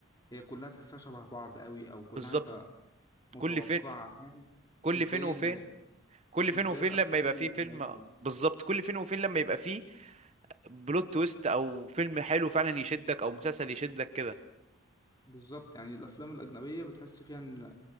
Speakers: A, on the left; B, on the right.
A: هي كلها تحسها شبه بعض قوي او كلها
B: بالظبط
A: انت متوقعه
B: كل فين
A: فاهم
B: كل
A: مش زي
B: فين وفين
A: ال...
B: كل
A: مش
B: فين
A: زي
B: وفين
A: الافلام
B: لما يبقى
A: الاجنبيه
B: فيه فيلم بالظبط كل فين وفين لما يبقى فيه بلوت تويست او فيلم حلو فعلا يشدك او مسلسل يشدك كده
A: بالظبط يعني الافلام الاجنبيه بتحس فيها ان